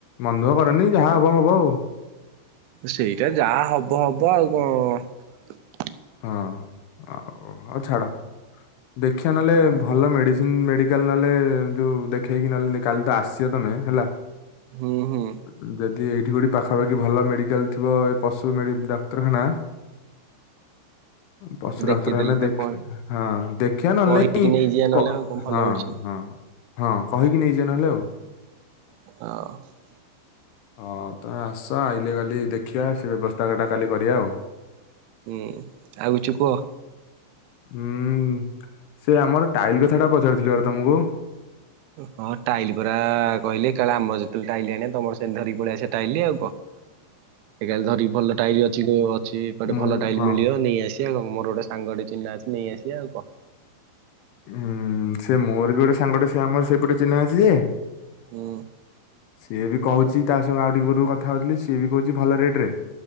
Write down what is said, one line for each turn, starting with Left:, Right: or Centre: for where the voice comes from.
Left: ମନ ଦୁଃଖ କରନି ଯାହା ହବ ହବ ଆଉ।
Right: ସେଇଟା ଯାହା ହବ ହବ ଆଉ କଣ
Left: ହଁ ଆଉ ହୋଉ ଛାଡ। ଦେଖିଆ ନହେଲେ
Right: ଆଉ
Left: ଭଲ
Right: କଣ
Left: ମେଡିସିନ ମେଡି ମେଡିକାଲ ନହେଲେ ଯୋଉ ଦେଖେଇକି ନହଲେ କାଲି ତ ଆସିବ ତମେ ହେଲା
Right: ହୁଁ ହୁଁ
Left: ଉଁ ଯ ଯେ ଏଇଠି କୋଉଠି ପାଖାପାଖି ଭଲ ମେଡିକାଲ ଥିବ ଏ ପଶୁ ମେଡି ଡାକ୍ତରଖାନା ପଶୁ
Right: ଦେଖେଇଦେଲେ
Left: ଡାକ୍ତରଖାନା ଦେଖ
Right: ତ କହି
Left: ହଁ ଦେଖିଆ ନହେଲେ
Right: କହିକି
Left: ନାଇଁ
Right: ନେଇଯିବା ନହେଲେ
Left: କଁ
Right: ଆଉ କଣ ଭଲ
Left: ହଁ
Right: ମେଡିସିନ
Left: ହଁ। ହଁ କହିକି ନେଇଜା ନହେଲେ ଆଉ।
Right: <unintelligible>
Left: ହଁ ତମେ ଆସ ଆଇଲେ କାଲି ଦେଖିବା ସେ ବ୍ୟବସ୍ଥାଟା କାଲି କରିବା ଆଉ।
Right: ହୁଁ ଆଉ କିଛି କୁହ?
Left: ହୁଁ ସେ ଆମର ଟାଇଲ କଥା ଟା ପଚାରୁିଥିଲି ପରା ତମକୁ
Right: ହଁ ଟାଇଲ ପରା କହିଲି କାଳେ ଆମର ଯେତେବେଳେ ଟାଇଲି ଆଣିଆ ତମର ସେମିତି ଧରିକି ପଳେଇଆସିବା ଟାଇଲି ଆଉ କଣ। ସେ କାଲି ଧରିକି ଭଲ ଟାଇଲ ଅଛି। ଅଛି କୁଆଡ଼େ
Left: ମୁଁ
Right: ଭଲ ଟାଇଲ
Left: ହଁ
Right: ମିଳିବ ନେଇଆସି ଦେଖିଆ ଆଉ ମୋର ଗୋଟେ ସାଙ୍ଗ ଗୋଟେ ଚିହ୍ନା ଅଛି ନେଇ ଆସିବା ଆଉ କଣ।
Left: ହୁଁ ସେ ମୋର ବି ଗୋଟେ ସାଙ୍ଗଟେ ସେ ଆମ ସେପଟେ ଚିହ୍ନା ଅଛି ଯେ
Right: ହୁଁ।
Left: ସିଏ ବି କହୁଛି ତା ସାଙ୍ଗେ ଆଉ ଟିକେ ପୂର୍ବରୁ କଥା ହଉଥିଲି, ସିଏ ବି କହୁଛି ଭଲ ରେଟରେ।